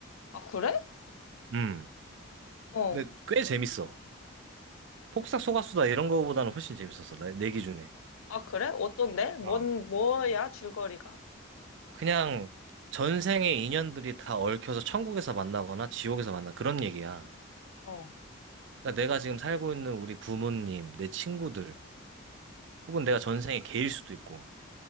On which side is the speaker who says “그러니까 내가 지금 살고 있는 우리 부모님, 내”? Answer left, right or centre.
Right